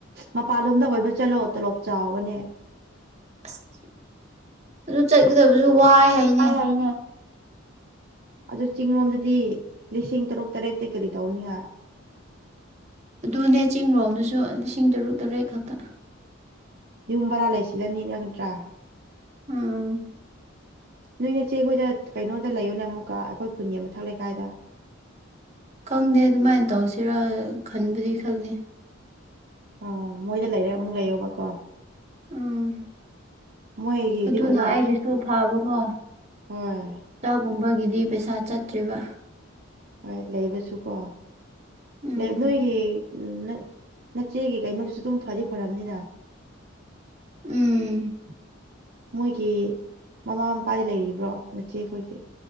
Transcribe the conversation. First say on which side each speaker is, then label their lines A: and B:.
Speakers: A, on the right; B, on the right.
A: ꯃꯄꯥꯜꯂꯣꯝꯗ ꯑꯣꯏꯕ ꯆꯠꯂꯣ ꯇꯣꯂꯣꯞ ꯆꯥꯎꯕꯅꯦ
B: ꯑꯁ ꯑꯗꯨ ꯆꯠꯀꯗꯕꯁꯨ ꯋꯥꯏ ꯍꯥꯏꯅꯦ
A: ꯑꯥꯏ ꯍꯩꯅꯦ ꯑꯗꯨ ꯆꯤꯡꯔꯣꯝꯗꯗꯤ ꯂꯤꯁꯤꯡ ꯇꯔꯨꯛ ꯇꯔꯦꯠꯇꯤ ꯀꯔꯤ ꯇꯧꯅꯤꯉꯥ
B: ꯑꯗꯨꯅꯦ ꯆꯤꯡꯔꯣꯝꯗꯁꯨ ꯂꯤꯁꯤꯡ ꯇꯔꯨꯛ ꯇꯔꯦꯠ ꯈꯛꯇ ꯑꯍ
A: ꯌꯨꯝ ꯕꯔꯥ ꯂꯩꯁꯤꯜꯂꯅꯤ ꯅꯠꯇ꯭ꯔ
B: ꯎꯝ
A: ꯅꯣꯏ ꯅꯆꯦ ꯈꯣꯏꯗ ꯀꯩꯅꯣꯗ ꯂꯩꯌꯣꯅ ꯑꯃꯨꯛꯀ ꯑꯩꯈꯣꯏ ꯈꯨꯟꯒꯤ ꯃꯊꯛ ꯂꯩꯀꯥꯏꯗ
B: ꯈꯪꯗꯦ ꯑꯗꯨꯃꯥꯏꯟ ꯇꯧꯁꯤꯔꯥ ꯈꯟꯕꯗꯤ ꯈꯜꯂꯤ
A: ꯑꯥ ꯃꯣꯏꯗ ꯂꯩꯔꯥ ꯑꯃꯨꯛ ꯂꯩꯌꯣꯕꯀꯣ
B: ꯎꯝ
A: ꯃꯣꯏꯒꯤꯗꯤ
B: ꯑꯗꯨꯅ
A: ꯑꯣꯖꯥ
B: ꯑꯩꯒꯤꯁꯨ ꯐꯥꯕꯀꯣ
A: ꯍꯣꯏ
B: ꯇꯥꯛꯒꯨꯝꯕꯒꯤꯗꯤ ꯄꯩꯁꯥ ꯆꯠꯇ꯭ꯔꯤꯕ
A: ꯍꯣꯏ ꯂꯩꯕꯁꯨꯀꯣ
B: ꯎꯝ
A: ꯂꯩꯕ ꯅꯣꯏꯒꯤ ꯎꯝ ꯅ ꯅꯆꯦꯒꯤ ꯀꯩꯅꯣꯗꯨꯁꯨ ꯑꯗꯨꯝ ꯐꯗꯤ ꯐꯔꯝꯅꯤꯅ
B: ꯎꯝ
A: ꯃꯣꯏꯒꯤ ꯃꯃꯥ ꯃꯄꯥꯗꯤ ꯂꯩꯔꯤꯕ꯭ꯔꯣ ꯅꯆꯦ ꯈꯣꯏꯒꯤ